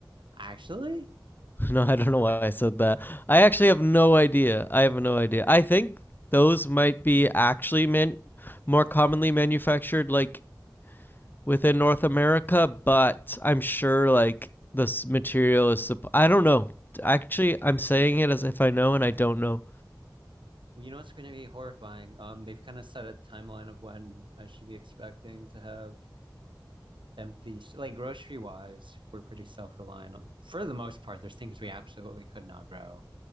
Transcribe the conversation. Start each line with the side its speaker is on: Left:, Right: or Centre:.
Right: Actually,
Left: <laughs> No, I don't know why I said that. I actually have no idea. I have no idea. I think those might be actually meant more commonly manufactured like within North America, but I'm sure like this material is. I don't know. Actually, I'm saying it as if I know, and I don't know.
Right: Well, You know it's going to be horrifying? Um, they've kind of set a timeline of when I should be expecting to have empty, like grocery wise, we're pretty self-reliant on, for the most part. There's things we absolutely could not grow,